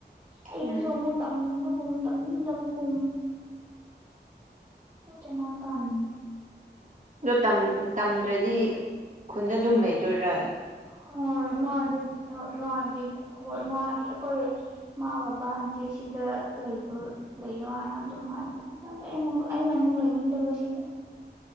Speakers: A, on the right; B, on the right.
A: ꯑꯩꯁꯨ
B: ꯎꯝ
A: ꯑꯃꯨꯛ ꯇꯝꯅꯤꯡꯕꯒꯨꯝ ꯇꯝꯅꯤꯡꯗꯕꯒꯨꯝ <unintelligible>
B: ꯎꯝ ꯗꯣ ꯇꯝ ꯇꯝꯗ꯭ꯔꯗꯤ ꯈꯨꯟꯗ ꯑꯗꯨꯝ ꯂꯩꯗꯣꯏꯔ
A: ꯍꯣꯏ ꯏꯃꯥꯅꯗꯤ ꯍꯣꯏ ꯏꯃꯥꯅꯗꯤ ꯍꯣꯏ ꯏꯃꯥ ꯑꯈꯣꯏ ꯃꯥꯒꯥ ꯄꯥꯟꯁꯦ ꯁꯤꯗ ꯂꯩꯕ ꯂꯩꯌꯣ ꯍꯥꯏꯅ ꯑꯗꯨꯝ ꯍꯥꯏꯕ ꯑꯩ ꯑꯃꯨꯛ ꯑꯩ ꯑꯃꯨꯛ ꯂꯩꯅꯤꯡꯗꯕꯁꯤꯗ